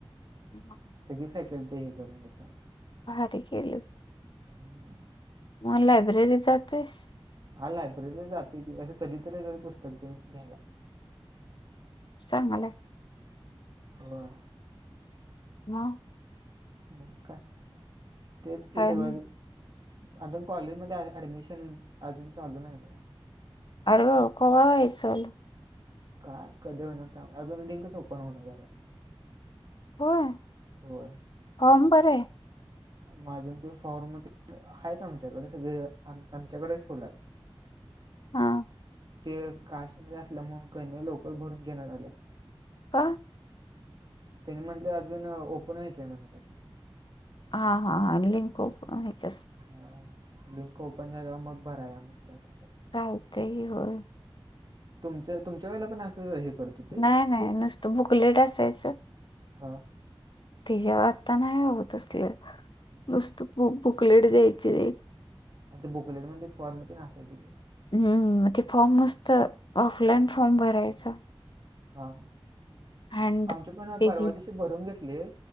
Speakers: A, on the left; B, on the right.
A: ह.
B: सगळी फॅसल्टी हे करून घेतलं.
A: भारी की केलं.
B: हम्म.
A: मोहन लायब्ररीत जातोयस.
B: हां लायब्ररीला जातो की असं कधीतरी पुस्तक त घ्यायला.
A: चांगलाय.
B: होय.
A: हंं.
B: हो काय तेच कि
A: काय
B: सगळ्या
A: नाही.
B: वई. अजून कॉलेजमध्ये ऍडमिशन अजून चालू नाही ना.
A: आरे बाबा कवा व्हायचं चालू.
B: काय कधी हो न का अजून लिंकच ओपन होण झा.
A: होय.
B: हो.
A: फॉर्म भराय.
B: माजून ते फॉर्म ते आहेत आमच्याकडे सगळे आमच्याकडेच ठेवल्यात. <unintelligible>
A: हां.
B: ते कास्ट असल्या म्हणून कन्या लवकरल भरून घेना झाल्यात.
A: का?
B: त्यांनी म्हटले अजून ओपन व्हायचय म्हणा त्या
A: हां हां हां लिंक ओपन ह्याच्याच.
B: हा लिंक ओपन झाल्यावर मग भराया म्हटलं सांगलं.
A: चालतंयं की होय.
B: तुमच्या तुमच्या वेळेला पण असं हे करत. होते
A: नाही नाही नुसतं बुक लेट असायचं.
B: हा.
A: ते ज आता नाही होत असले नुसतं बु बुकलेट द्यायचे.
B: आता बुकलेट मध्ये फॉर्म तेन आसायचं की
A: हम्म मग ते फॉर्म नुसत ऑफलाईन फॉर्म भरायच.
B: हां
A: हँड
B: आमची पण
A: ते
B: परवा
A: घे
B: दिशी भरून घेतली